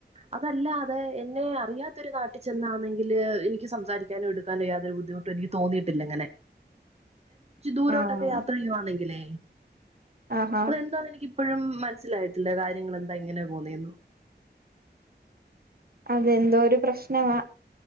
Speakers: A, on the right; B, on the right.
A: അതല്ല അതെ എന്നെ അറിയാത്തൊരു നാട്ടിൽ ചെന്നാണെങ്കില് എനിക്ക് സംസാരിക്കാനോ എടുക്കാനോ യാതൊരു ബുദ്ധിമുട്ട്..... എനിക്ക് തോന്നിയിട്ടില്ല ഇങ്ങനെ ദൂരോട്ടൊക്കെ
B: ആഹ്
A: യാത്ര ചെയ്യുവാണെങ്കിലേ
B: ആഹാ
A: അതെന്താ എനിക്ക് ഇപ്പോഴും മനസ്സിലായിട്ടില്ല കാര്യങ്ങൾ എന്താ എങ്ങനെയ പോന്നിയു
B: അതെന്തോ ഒരു പ്രശ്നവാ